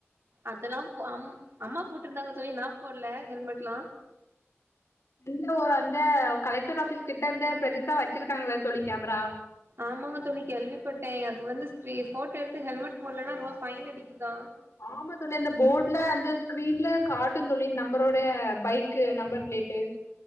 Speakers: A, on the right; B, on the left.
A: அதலாம் அம் அம்ம போட்ருந்தாங்க தோழி நா போட்ல ஹெல்மெட்லா
B: இல்ல ஒரு அந்த கலெக்டர் ஆபீஸ் கிட்ட அந்த பெருசா வச்சிருக்காங்கள தோழி கேமரா
A: ஆமாங்க தோழி கேள்விப்பட்டேன் அது வந்து ஸ்க்ரீ ஃபோட்டோ எடுத்து ஹெல்மெட் போட்லனா ருபா ஃபைனடிக்குதா
B: ஆமா தோழி அந்த போட்ல அந்த ஸ்க்ரீன்ல காட்டுந் தோழி நம்பரோடேய பைக்கு நம்பர் ப்ளேட்டு